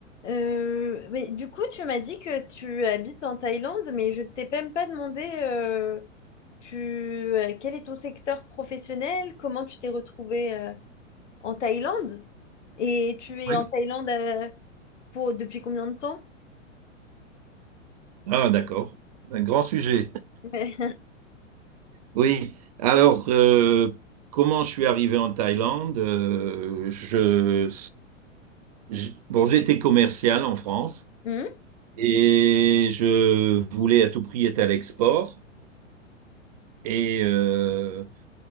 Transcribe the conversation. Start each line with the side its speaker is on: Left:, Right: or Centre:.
Left: Euh, mais du coup, tu m'as dit que tu habites en Thaïlande, mais je ne t'ai même pas demandé euh, tu, euh, quel est ton secteur professionnel, comment tu t'es retrouvé euh, en Thaïlande et tu es
Right: Oui.
Left: en Thaïlande euh, pour depuis combien de temps?
Right: Ah, d'accord. Un grand sujet.
Left: <laughs>
Right: Oui. Alors, euh, comment je suis arrivé en Thaïlande? Euh, je, je- bon, j'étais commercial en France
Left: Hmm
Right: et je voulais à tout prix être à l'export. Et euh,